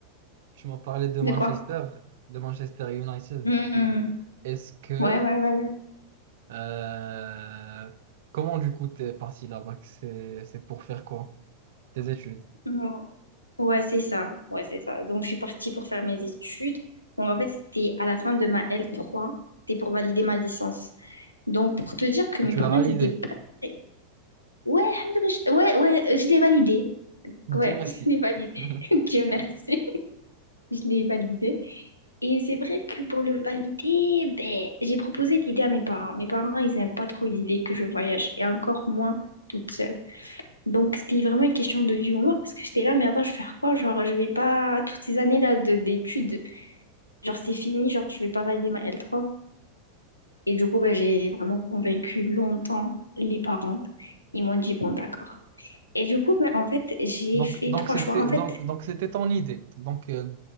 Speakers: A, on the right; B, on the left.
A: tu m'as parlé de Manchester,
B: de quoi?
A: de Manchester United.
B: Hum,
A: Est-ce que,
B: Ouais, ouais, ouais, ouais.
A: euh, comment du coup t'es parti là-bas? que C'est, c'est pour faire quoi? Tes études.
B: Hum, Ouais, c'est ça. Ouais, c'est ça. Donc, je suis partie pour faire mes études. Donc, en fait, c'était à la fin de ma L3. C'était pour valider ma licence. Donc, pour te dire que
A: Et
B: mes
A: tu
B: parents,
A: l'as validé.
B: ils étaient pas... très- Ouais, alhamdoulilah, je- ouais, ouais, euh, je l'ai validé.
A: Dieu
B: Ouais,
A: merci.
B: <laughs> je l'ai validé.
A: <laughs>
B: <laughs> Dieu merci. Je l'ai validé. Et c'est vrai que pour le valider, ben, j'ai proposé l'idée à mes parents. Mes parents, ils n'aiment pas trop l'idée que je voyage, et encore moins toute seule. Donc, c'était vraiment une question de vie ou mort, parce que j'étais là, mais attends, je vais faire quoi? Genre, je vais pas... Toutes ces années-là de- d'études, genre, c'est fini, genre, je vais pas valider ma L3. Et du coup, ben, j'ai vraiment convaincu longtemps les parents. Ils m'ont dit, bon, d'accord. Et du coup, ben, en fait, j'ai
A: Donc,
B: fait
A: donc
B: trois
A: c'était
B: choix. En fait,
A: donc, donc c'était ton idée. Donc euh,